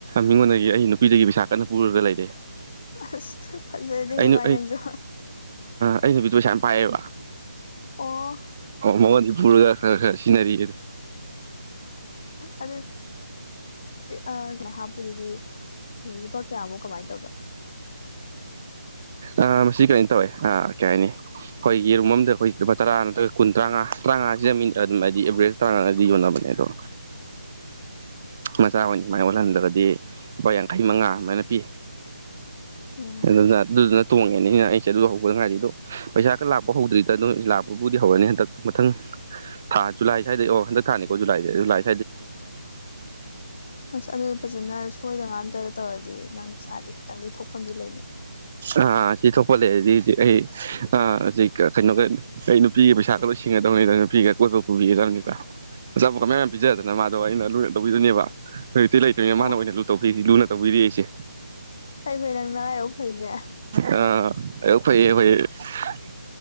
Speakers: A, on the right (about 25°); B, on the left (about 35°).
A: ꯃꯤꯉꯣꯟꯗꯒꯤ ꯑꯩ ꯅꯨꯄꯤꯗꯒꯤ ꯄꯩꯁꯥ ꯀꯟꯅ ꯄꯨꯔꯒ ꯂꯩꯔꯦ
B: ꯑꯁ ꯐꯖꯗꯦꯍꯦ
A: ꯑꯩꯅ
B: ꯚꯥꯏ ꯅꯪꯁꯨ
A: ꯑꯩ ꯑ ꯑꯩ ꯅꯨꯄꯤꯗꯨꯣ ꯄꯩꯁꯥ ꯌꯥꯝ ꯄꯥꯏꯌꯦꯕ
B: ꯑꯣ
A: ꯃꯃꯣꯟꯗꯤ ꯄꯨꯔꯒ ꯈꯔ ꯈꯔ ꯁꯤꯖꯤꯟꯅꯔꯤꯌꯦ ꯑꯗꯣ
B: ꯑ ꯑ ꯑꯗꯨꯗꯤ ꯂꯨꯄꯥ ꯀꯌꯥꯃꯨꯛ ꯀꯃꯥꯏꯅ ꯇꯧꯒꯦ
A: ꯑ ꯃꯁꯤ ꯀꯩꯅ ꯇꯧꯋꯦ ꯑꯥ ꯀꯩ ꯍꯥꯏꯅꯤ ꯑꯩꯈꯣꯏꯒꯤꯔꯨꯝ ꯑꯝꯗ ꯑꯩꯈꯣꯏ ꯂꯨꯄꯥ ꯇꯔꯥ ꯅꯠꯇ꯭ꯔꯒ ꯀꯨꯟ ꯇꯔꯥꯉꯥꯔꯥꯉꯥꯗ ꯃꯤ ꯑꯗꯨꯝ ꯍꯥꯏꯗꯤ ꯑꯦꯕꯔꯦꯖ ꯇꯔꯥꯉꯥꯗꯤ ꯌꯣꯟꯅꯕꯅꯤ ꯗꯣ ꯃꯆꯥꯍ ꯁꯨꯃꯥꯏꯅ ꯑꯣꯜꯍꯟꯗ꯭ꯔꯒꯗꯤ ꯂꯨꯄꯥ ꯌꯥꯡꯈꯩ ꯃꯉꯥ ꯑꯗꯨꯃꯥꯏꯅ ꯄꯤ
B: ꯎꯝ
A: ꯑꯗꯨꯅ ꯑꯗꯨꯗꯨꯅ ꯇꯣꯡꯉꯦꯅꯤꯅ ꯑꯩꯁꯦ ꯑꯗꯨ ꯍꯧꯕꯗ ꯉꯥꯏꯗꯤ ꯑꯗꯣ ꯄꯩꯁꯥ ꯈ ꯂꯥꯛꯄ ꯍꯧꯗ꯭ꯔꯤꯗ ꯑꯗꯨꯝ ꯂꯥꯛꯄꯕꯨꯗꯤ ꯍꯧꯔꯅꯤ ꯍꯟꯗꯛ ꯃꯊꯪ ꯊꯥ ꯖꯨꯂꯥꯏ ꯁ꯭ꯏꯗ ꯑꯣ ꯍꯟꯗꯛ ꯊꯥꯅꯤꯀꯣ ꯖꯨꯂꯥꯏꯗ ꯨꯂꯥꯏ
B: ꯎꯝꯁ ꯑꯗꯨ ꯐꯖꯩ ꯅꯪ ꯁꯣꯏꯗ ꯉꯥꯝꯗꯅ ꯇꯧꯔꯗꯤ ꯅꯪ ꯄꯩꯁꯥꯗꯤ ꯈꯤꯇꯪꯗꯤ ꯊꯣꯛꯐꯝꯗꯤ ꯂꯩꯅꯦ
A: ꯑꯥ ꯁꯤ ꯊꯣꯛꯄ ꯂꯩꯔꯗꯤ ꯍꯧꯖꯤꯛ ꯑꯩ ꯍꯧꯖꯤꯛ ꯀꯩꯅꯣꯒ ꯑꯩ ꯅꯨꯄꯤꯒꯤ ꯄꯩꯁꯥꯒ ꯂꯣꯏ ꯁꯤꯡꯒꯗꯧꯅꯤꯗ ꯒ ꯀꯣꯏꯕ ꯄꯨꯕꯤꯒꯗꯕꯅꯤꯗ ꯑꯆꯥꯄꯣꯄ ꯃꯌꯥꯝ ꯌꯥꯝꯌꯥꯝ ꯄꯤꯖꯗꯅ ꯃꯥꯗꯣ ꯑꯩꯅ ꯂꯣꯏꯅ ꯇꯧꯕꯤꯗꯨꯣꯏꯅꯦꯕ ꯍꯧꯖꯤꯛꯇꯤ ꯂꯩ ꯃꯥꯅ
B: ꯑꯣ
A: ꯑꯣꯏꯅ ꯂꯨ ꯇꯧꯕꯤꯔꯤꯁꯤ ꯂꯨꯅ ꯇꯧꯕꯤꯔꯤ ꯑꯩꯁꯦ
B: ꯐꯩ ꯐꯩ ꯅꯪ ꯅꯔꯥꯏꯕꯛ ꯐꯩꯅꯦ
A: ꯑ ꯐ